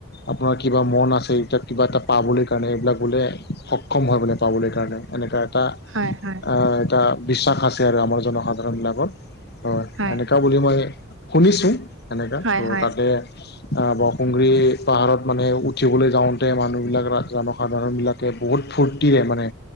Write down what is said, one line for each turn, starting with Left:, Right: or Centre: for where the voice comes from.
Left: আপোনাৰ কিবা মন আছে, এতিয়া কিবা এটা পাবলৈ কাৰণে এইবিলাক বোলে সক্ষম হয় বোলে পাবলৈ কাৰণে। এনেকা এটা
Right: হয়, হয়।
Left: অ' এটা বিশ্বাস আছে আৰু আমাৰ জনসাধাৰণ বিলাকত অ'
Right: হয়
Left: এনে কা বুলি মই শুনিছোঁ এনেকা,
Right: হয়
Left: ত,
Right: হয়
Left: তাতে অ' বৰসুংগৰি পাহাৰত মানে উঠিবলৈ যাওঁতে, মানুহ বিলাক, জনসাধাৰণ বিলাক বহুত ফূৰ্তিৰে মানে